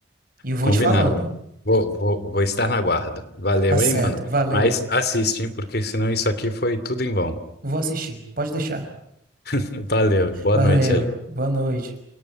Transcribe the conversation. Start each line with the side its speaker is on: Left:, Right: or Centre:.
Right: E eu vou
Left: Combinado.
Right: te falando.
Left: Vou, vou, vou estar na guarda. Valeu,
Right: Tá certo.
Left: hein, mano?
Right: Valeu.
Left: Mas assiste, hein, porque senão isso aqui foi tudo em vão.
Right: Vou assistir. Pode deixar.
Left: <laughs> Valeu, boa
Right: Valeu.
Left: noite aí.
Right: Boa noite.